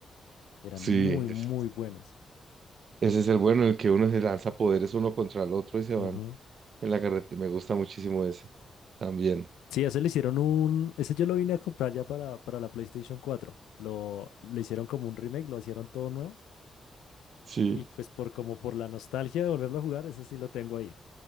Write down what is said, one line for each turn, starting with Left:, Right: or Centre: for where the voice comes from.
Left: Eran
Right: sí.
Left: muy,
Right: Ese
Left: muy buenos.
Right: ese es el bueno, en el que uno se lanza poderes uno contra el otro y se van
Left: Ujú.
Right: en la carretera. Me gusta muchísimo ese. También.
Left: Sí, ese le hicieron un. Ese yo lo vine a comprar ya para, para la PlayStation cuatro. Lo, le hicieron como un remake, lo hicieron todo nuevo.
Right: Sí.
Left: Y pues por como por la nostalgia de volverlo a jugar, ese sí lo tengo ahí.